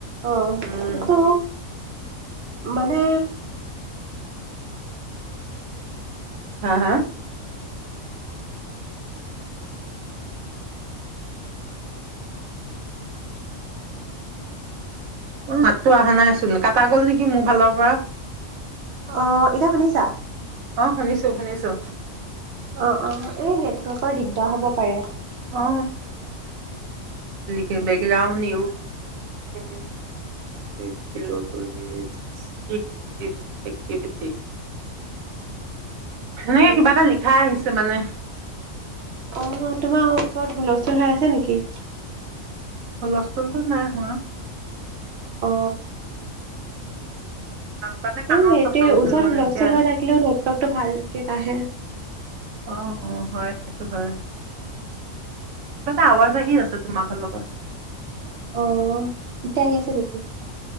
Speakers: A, on the right; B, on the right.
A: আহ
B: উম,
A: সেইটো মানে
B: হা-হা মাতটো অহা নাইচোন কাটা গ'ল নেকি মোৰ ফালৰ পৰা
A: আহ এতিয়া শুনিছা?
B: অ শুনিছো-শুনিছো।
A: অ-অ এই নেটৱৰ্কৰ দিগদাৰ হব পাৰে
B: অ বেকগ্ৰণ্ড নি সেনেকে
A: হেল্ল'
B: কিবা এটা লিাই আহিছে। <unintelligible> মানে
A: অ তোমাৰ ওচৰত হুলস্থুল হৈৰা আছে নেকি?
B: হলস্থলটো নাই হোৱা।
A: অ
B: মানে কাণৰ
A: এই সেইটোৱে
B: ওচৰত লৈ গৈছিলো, মানে
A: হুলস্থুল
B: এতিয়া
A: হৈ থাকিলেও নেটৱৰ্কটো ভালকে নাহে।
B: অ-অ হয় সেইটো হয় কিবা এটা আৱাজ আহি আছে। তোমা ফাল বা <unintelligible>
A: আহ এতিয়া আহিছে নেকি?